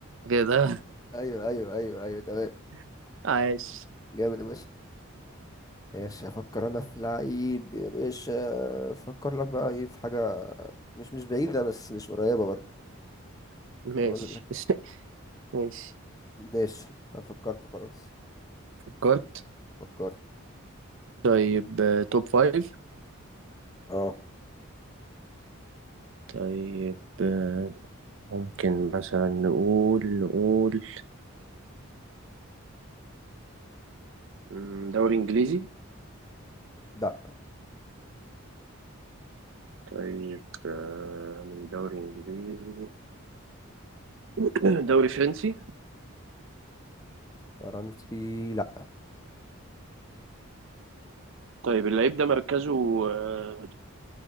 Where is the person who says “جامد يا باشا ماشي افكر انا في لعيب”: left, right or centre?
Left